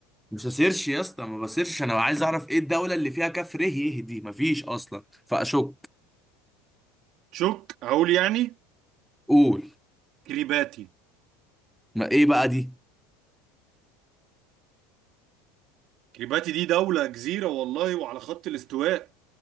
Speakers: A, in the centre; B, on the right.
A: مش هسيرش يا اسطى ما بسيرش أنا عايز أعرف إيه الدولة اللي فيها كاف ر ي دي مفيش أصلا فأشك
B: تشوك اقول يعني
A: قول
B: كريباتي
A: ما إيه بقى دي
B: كريباتي دي دولة جزيرة والله وعلى خط الاستواء